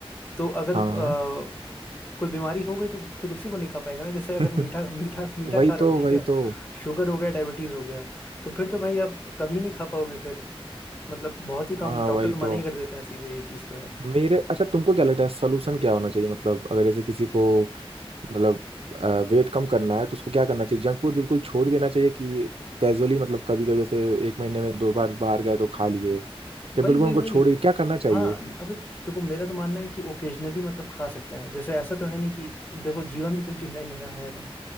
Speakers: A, on the left; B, on the right.
A: तो अगर
B: हाँ
A: अ, कोई बीमारी हो गई तो फिर उसी को नहीं खा पाएंगे ना जैसे अगर
B: हाँ
A: मीठा मीठा
B: <laughs>
A: मीठा
B: वही
A: खा रहे
B: तो
A: हो ठीक
B: वही
A: है
B: तो
A: शुगर हो गया डायबिटीज हो गया तो फिर तो भाई आप कभी नहीं खा पाओगे फिर मतलब बहुत ही कम
B: हाँ हाँ
A: डॉक्टर
B: वही
A: तो मना
B: तो
A: ही कर देते हैं सीधे ये चीज तो है
B: मेरे अच्छा तुमको क्या लगता है सोल्यूशन क्या होना चाहिए मतलब अगर जैसे किसी को मतलब वेट कम करना है तो उसको क्या करना चाहिए जंक फूड बिल्कुल छोड़ देना चाहिए कि कैजुअली मतलब कभी कभी जैसे एक महीने में दो बार बाहर गए तो खा लिए या
A: वही
B: बिल्कुल
A: वही
B: उनको
A: वही
B: छोड़ दिया क्या करना चाहिए
A: हाँ न- अबे देखो मेरा तो मानना है कि ओकेजनली मतलब खा सकते हैं जैसे ऐसा तो है नहीं कि देखो जीवन भी तो जीना ही है ना है ना